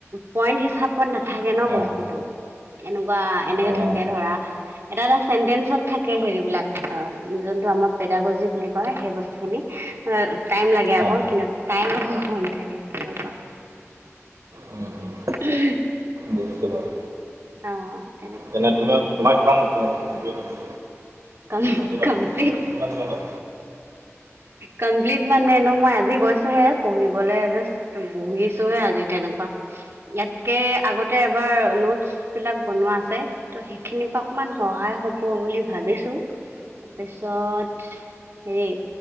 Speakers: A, on the right; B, on the right.
A: পইন্ট হিচাপত নাথা ন'
B: অ',
A: বস্তুতো, এনেকুৱা এনেকে
B: অ',
A: থাকে ধৰা, এটা এটা চেন্তেন্সত থা কে হেৰিবিলাক অ, যোনটো আমাৰ পেদাগজি বুলি কয়, সেই বস্তুখিনি অ টাইম লাগে আকৌ,
B: অ', অ',
A: কিন্তু টাইম আকৌ কম থাকে তেনেকুৱা।
B: উম, উম,
A: উ
B: বুজিছোঁ বাৰু।
A: অ'।
B: তেনে তুমি তোমাৰ কিমান অ, কমপ্লিট <inaudible>
A: ক,
B: কিমান দিনৰ
A: কমপ্লিট
B: পৰা কিমান দিনৰ পৰা
A: কমপ্লিট মানেনো মই আজি গৈছোঁহে, পঢ়িবলৈ যষ্ট বহিছোঁহে আজি তেনেক ইয়াতকে আগতে এবাৰ নোটচ বিলাক বনোৱা আছে ত' সেইখিনিৰ পৰা ইমান সহায় হ'ব বুলি ভাবিছোঁ। তাৰপিছত হেৰি,